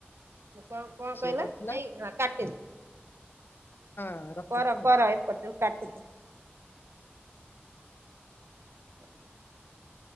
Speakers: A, on the right; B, on the left.
A: କଣ କଣ କହିଲା
B: ସିଏ କରିଥିଲା
A: ଏଇ ହଁ କାଟି
B: ହଁ ରଖିଛୁ
A: କର
B: ଆଉ।
A: କର ଏପଟ କାଟିଦେ <unintelligible>